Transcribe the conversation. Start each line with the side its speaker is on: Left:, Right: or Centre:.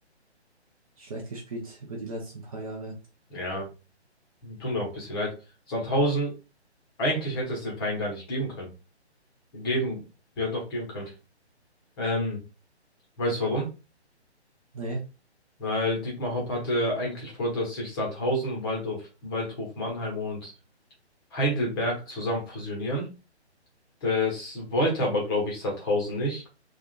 Right: schlecht gespielt über die letzten paar Jahre.
Left: Ja, tut mir auch ein bisschen leid. Sandhausen, eigentlich hätte es den Verein gar nicht geben können. Geben, ja doch geben können. Ähm, weißt du warum?
Right: Nee.
Left: Weil Dietmar Hopp hatte eigentlich vor, dass sich Sandhausen, und Waldorf, Waldhof Mannheim und Heidelberg zusammen fusionieren. Das wollte aber, glaube ich, Sandhausen nicht.